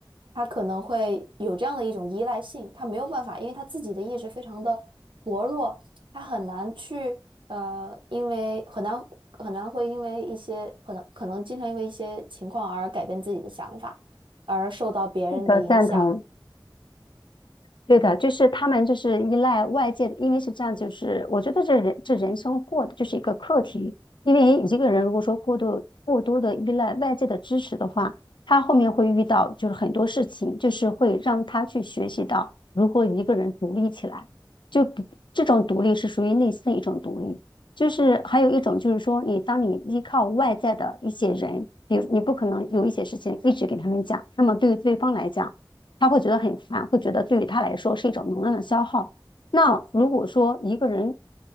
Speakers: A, on the right; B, on the left.
A: 他可能会有这样的一种依赖性，他没有办法，因为他自己的意志非常的薄弱，他很难去呃，因为很难很难会因为一些可能可能经常因为一些情况而改变自己的想法，而受到别人的影响。
B: 的赞同。对的，就是他们就是依赖外界的，因为是这样，就是我觉得这人这人生过的就是一个课题，因为一个人如果说过度过多的依赖外界的支持的话，他后面会遇到就是很多事情，就是会让他去学习到如何一个人独立起来，就不这种独立是属于内心的一种独立，就是还有一种就是说你当你依靠外在的一些人，比如你不可能有一些事情一直给他们讲，那么对于对方来讲。他会觉得很烦，会觉得对于他来说是一种能量的消耗。那如果说一个人